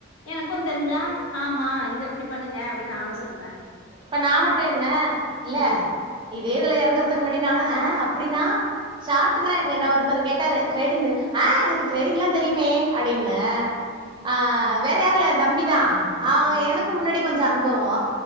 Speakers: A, on the left; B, on the right.
A: எனக்கு தெரிஞ்சா ஆமா இது அப்டி பண்ணுங்க அப்டின்னு நானு சொல்லுவ
B: இப்ப நா மட்டு என்ன இல்ல
A: ம்
B: இதே இதுல எறங்கறதுக்கு முன்னாடி நானு ஆ அப்டின்னா ஷார்ட்ன என்னவா
A: அ
B: இருக் ஒருத்தர் கேட்டாரு டிரேடிங் ஆ எனக்கு டிரேடிங்லா தெரியுமே அப்டின்ன ஆ
A: ம்
B: வேற யாருல்ல எ தம்பிதா அவ
A: ம்
B: எனக்கு முன்னாடி கொஞ்சோ அனுபவோ